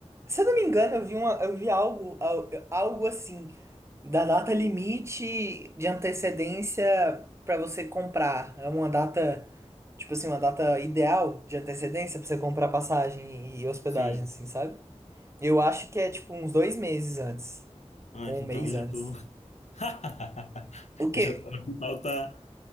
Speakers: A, on the right; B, on the left.
A: se eu não me engano, eu vi uma, eu vi algo, al- algo assim, da data limite de antecedência para você comprar. É uma data, tipo assim, uma data ideal de antecedência para você comprar passagem e hospedagem,
B: Sim.
A: assim, sabe? Eu acho que é tipo uns dois meses antes,
B: Ah,
A: ou
B: então
A: um mês
B: já
A: antes.
B: tô <laughs>
A: O que?
B: Eu já tô aqui falta